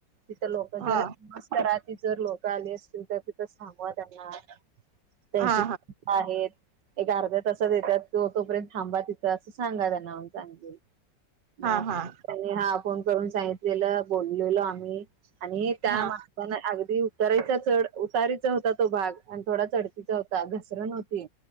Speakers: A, on the right (about 75°); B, on the right (about 45°).
A: तिथं लोक
B: हा
A: जर <unintelligible> ती जर लोक आली असतील तर तिथं थांबवा त्यांना. त्यांची
B: हा हा
A: आहेत. एक अर्ध्या तासात येतात तो तोपर्यंत थांबा तिथं असं सांगा त्यांना म्हणुन सांगितलेल.
B: हा
A: मग
B: हा
A: त्यानी हा फोन करून सांगितलेलं. बोललेलो आम्ही आणि त्या
B: हा
A: मा पण अगदी उतारीचा चढ उतारीचा होता तो भाग आणि थोडा चढतीचा होता घसरण होती.